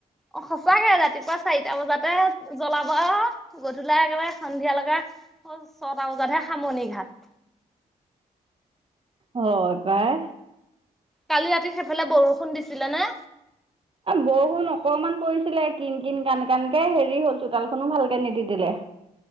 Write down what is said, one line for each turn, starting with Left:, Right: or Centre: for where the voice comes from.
Centre: অ সঁচাকে ৰাতিপুৱা চাৰিটা বজাতে জ্বলাব আৰু। গধূলা একেবাৰে সন্ধিয়া লগা ছটা বজাতহে সামৰনি ঘাট।
Right: হয় পাই
Centre: কালি ৰাতি সেইফালে বৰষুণ দিছিলে নে।
Right: বহুত অকণমান পৰিছিলে কিন কিন কান কানকে হেৰি হ'ল চোতালখনো ভালকে নিতিতিলে